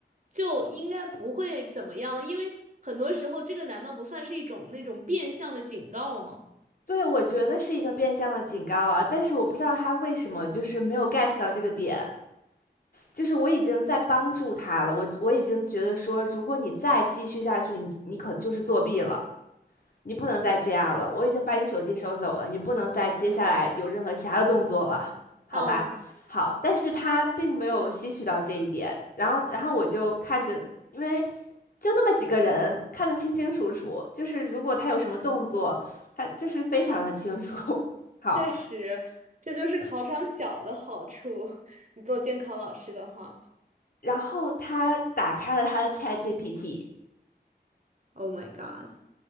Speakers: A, on the right; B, on the left.
A: 就应该不会怎么样了，因为很多时候这个难道不算是一种那种变相的警告吗？
B: 对，我觉得是一个变相的警告啊，但是我不知道他为什么就是没有 get 到这个点，就是我已经在帮助他了，我我已经觉得说，如果你再继续下去，你你可就是作弊了。你不能再这样了，我已经把你手机收走了，你不能再接下来有任何其他的动作了，好吧？
A: 嗯。
B: 好，但是他并没有吸取到这一点，然后，然后我就看着，因为就那么几个人，看得清清楚楚，就是如果他有什么动作，他就是非常的清楚。<laughs> 好，
A: 确实，这就是考场小的好处。<laughs> 你做监考老师的话，
B: 然后他打开了他的 ChatGPT，
A: Oh my god！